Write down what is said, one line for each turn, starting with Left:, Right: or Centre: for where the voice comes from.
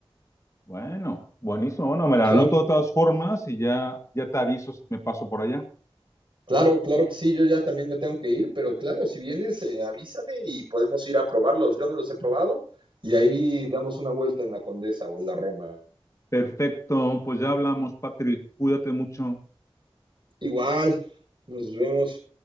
Left: Bueno, buenísimo. Bueno, me la
Right: Sí,
Left: anoto de todas formas y ya, ya te aviso si me paso por allá.
Right: Claro, claro que sí, yo ya también me tengo que ir, pero claro, si vienes, eh, avísame y podemos ir a probarlos. Yo no los he probado y ahí damos una vuelta en la Condesa o en la Roma.
Left: Perfecto, pues ya hablamos, Patrick. Cuídate mucho.
Right: Igual, nos vemos.